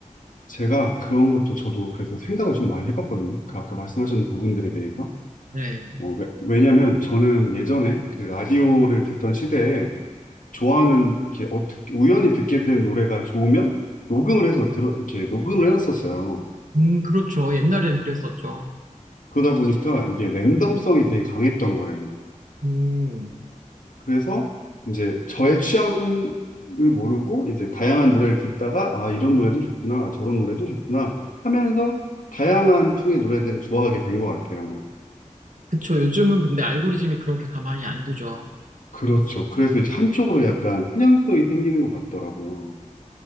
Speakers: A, on the left (about 80°); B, on the right (about 75°).
A: 제가 그런 것도 저도 그래서 생각을 좀 많이 해봤거든요. 그 아까 말씀하신 부분들에 대해서
B: 네.
A: 어, 왜, 왜냐면 저는 예전에 그 라디오를 듣던 시대에 좋아하는 이렇게 어떻게 우연히 듣게 된 노래가 좋으면 녹음을 해서 들어 이렇게 녹음을 해놨었어요.
B: 음, 그렇죠. 옛날에는 그랬었죠.
A: 그러다 보니까 이게 랜덤성이 되게 강했던 거예요.
B: 음,
A: 그래서 이제 저의 취향을 모르고 이제 다양한 노래를 듣다가 아 이런 노래도 좋구나 저런 노래도 좋구나 하면서 다양한 풍의 노래들을 좋아하게 된 것 같아요.
B: 그쵸. 요즘은 근데 알고리즘이 그렇게 가만히 안 두죠.
A: 그렇죠. 그래서 이제 한쪽으로 약간 편향성이 생기는 것 같더라고요.